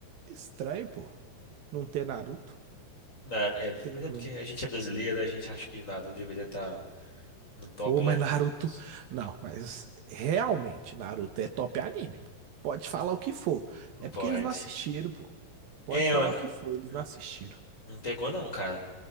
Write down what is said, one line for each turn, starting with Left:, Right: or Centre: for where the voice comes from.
Right: Estranho, pô. Não ter Naruto.
Left: Na- é,
Right: Tem...
Left: mas é porque a gente é brasileiro, a gente acha que o Naruto deveria estar no top
Right: Pô,
Left: de
Right: mas
Left: animes.
Right: Naruto. Não, mas realmente, Naruto é top anime, pô. Pode falar o que for.
Left: Não
Right: É
Left: pode.
Right: porque eles não assistiram, pô. Pode
Left: É, eu-
Right: falar o que for, eles
Left: não,
Right: não assistiram.
Left: não pegou, não, cara.